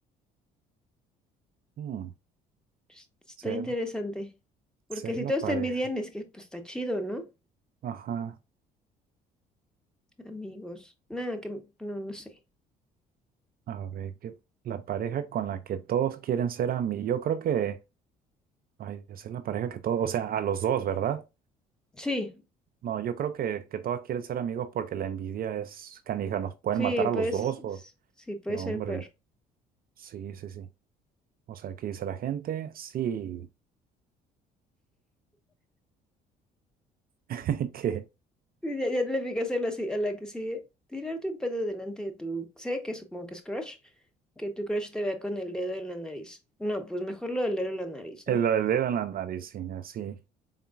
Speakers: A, on the right (about 50°); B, in the centre.
A: Mm,
B: Es- Está
A: ser,
B: interesante. Porque
A: ser
B: si
A: la
B: todos
A: pareja.
B: te envidian es que pues está chido, ¿no?
A: Ajá.
B: Amigos. Nada, que no, no sé.
A: A ver, que la pareja con la que todos quieren ser a mí. Yo creo que, ay, esa es la pareja que todos, o sea, a los dos, ¿verdad?
B: Sí,
A: No, yo creo que, que todos quieren ser amigos porque la envidia es canija, nos pueden
B: sí,
A: matar
B: pues,
A: a los dos
B: s-
A: o...
B: sí, puede
A: No,
B: ser
A: hombre,
B: peor.
A: sí, sí, sí. O sea, ¿qué dice la gente? Sí, <laughs> que
B: Sí, Ya, ya le picas a la, si- a la que sigue. Tirarte un pedo delante de tu... Sé que supongo que es crush. Que tu crush te vea con el dedo en la nariz. No, pues mejor lo del dedo en la nariz,
A: el
B: ¿no?
A: dedo en la nariz, sí, así.